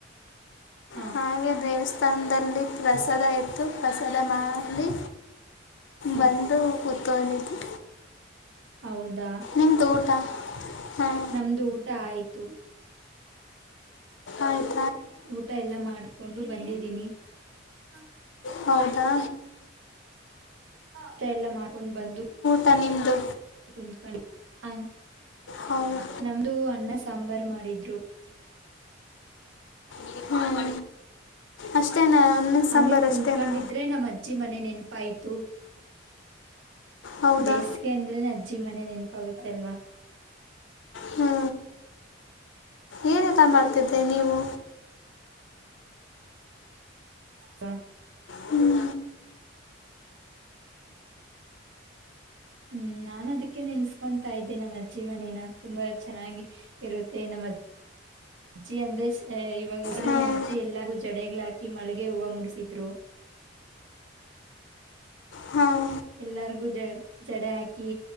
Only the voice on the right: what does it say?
ಹಾ
ಹಾ
ಹೌದಾ
ನಮ್ದು ಊಟ ಆಯ್ತು
ಊಟ ಎಲ್ಲಾ ಮಾಡ್ಕೊಂಡು ಬಂದಿದ್ದೀನಿ <inaudible>
ಊಟ ಎಲ್ಲ ಮಾಡ ಕೊಂಡ್ ಬಂದು
ಕುೂತ್ಕಣ <unintelligible>
ನಮ್ದು ಅನ್ನ ಸಾಂಬಾರ್ ಸಾಂಬಾರು ಮಾಡಿದ್ರು
ಹಂಗೆ ಕುೂತ್ಕೊಂಡಿದ್ರೆ
ನಮ್ಮ ಅಜ್ಜಿ ಮನೆ ನೆನ್ ಪಾಯಿತು
ಬೇಸಿಗೆ ಅಂದ್ರೆ ನಜ್ಜ ಅಜ್ಜಿ ಮನೆ ನೆನಪಾಗುತ್ತ ಅಲ್ವಾ
ಹಾ
ಹ್ಮ್ ನಾನ ಅದಕ್ಕೆ ನೆನ್ಸ್ಕೊತಾ ಇದ್ದೆ ನಮ್ಮ್ ಅಜ್ಜಿ ಮನೇನ ತುಂಬಾ ಚೆನ್ನಾಗಿ ಇರುತ್ತೆ ನಮ್ಮಜ್ಜ ಅಜ್ಜಿ ಅಂದ್ರೆ ಇವಾಗ ಅಂದ್ರೆ
ನಮ್ಮ ಅಜ್ಜಿ ಎಲ್ಲ ಜಡೆಗಳ ಹಾಕಿ ಮಳಗೆ ಹೂವು ಮುಡಿಸಿದ್ರು
ಎಲ್ಲಾರ್ಗು ಜ ಜಡೆ ಹಾಕಿ